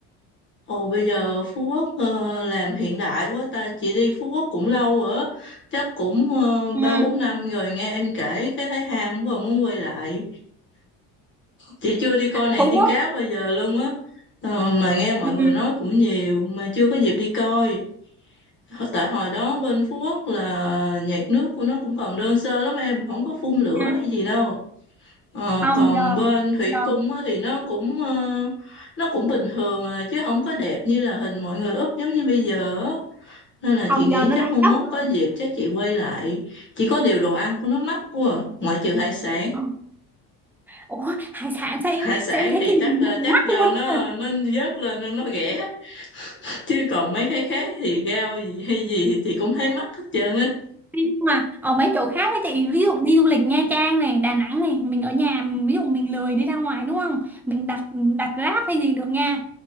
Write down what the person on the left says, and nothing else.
Ồ bây giờ Phú Quốc ờ, làm hiện đại quá ta, chị đi Phú Quốc cũng lâu rồi á, chắc cũng ờ,
ba bốn năm rồi nghe em kể cái thấy ham quá muốn quay lại. Chị chưa đi coi nàng
tiên
cá bao giờ luôn á. Ờ, mà nghe mọi
người nói cũng nhiều mà chưa có dịp đi coi. Hồi- tại hồi đó bên Phú Quốc là nhạc nước của nó cũng còn đơn sơ lắm em không có phun lửa
hay gì đâu Ờ,
còn
bên Thủy
Cung á, thì nó cũng ờ, nó cũng bình thường à, chứ không có đẹp như là hình mọi người úp giống như bây giờ á. nên là chị
nghĩ
chắc
mai mốt
có dịp chắc chị quay lại chỉ có điều đồ ăn của nó mắc quá à, ngoại trừ hải sản
hải sản
thì
chắc
ờ,
chắc
do
nó
nó vớt lên nên nó rẻ chứ còn mấy cái khác thì rau gì hay gì thì chị cũng thấy mắc hết trơn á